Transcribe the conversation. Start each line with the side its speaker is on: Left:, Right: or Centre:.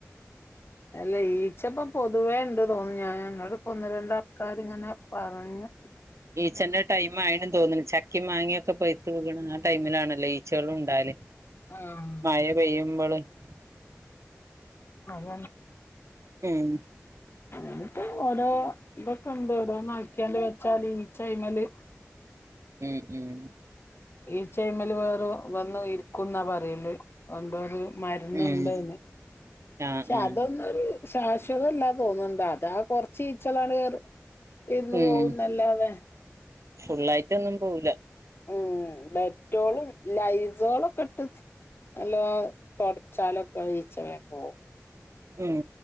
Left: അല്ല, ഈച്ച ഇപ്പം പൊതുവേ ഉണ്ട് തോന്നു ഞാൻ ഇപ്പൊ ഒന്ന്, രണ്ട് ആൾക്കാർ ഇങ്ങനെ പറഞ്ഞ്
Right: ഈച്ചേന്റെ ടൈം ആയണു തോന്നുന്നു, ച ചക്കെയും മാങ്ങയൊക്കെ പഴുത്ത് പൊങ്ങണ ആ ടൈമിലാണല്ലോ ഈച്ചകളും ഉണ്ടാകല്.
Left: ആഹ്
Right: മഴ പെയ്യുമ്പോള് <unintelligible>
Left: <unintelligible>
Right: ഉം
Left: എന്നിട്ട് ഓരോ ഇതൊക്കെ ഉണ്ട്, ഓരോ നായ്ക്കിയാണ്ട് വെച്ചാല് ഈച്ച അയിൻ മേല്
Right: ഉം ഉം
Left: ഈച്ച ഇതിൻമേല്‌ വേറൊ വന്ന് ഇരിക്കും എന്നാ പറയില്‌, <unintelligible> മരുന്നുണ്ടിതിന്
Right: ഉം
Left: പക്ഷെ
Right: ആഹ് ആഹ്
Left: അതൊന്നൊരു ശാശ്വതം ഇല്ലാ തോന്നുന്നുണ്ട് അതാ കുറച്ച് ചില ആളുകർ ഇരുന്ന്
Right: ഉം
Left: പോകുന്നല്ലാതേ
Right: ഫുള്ളായിട്ടൊന്നും പോവില്ല
Left: ഉം, ഡെറ്റോളും, ലൈസോളൊക്കെ ഇട്ട് നല്ല തൊടച്ചാലൊക്കെ ഈച്ച വേഗം പോവും.
Right: ഉം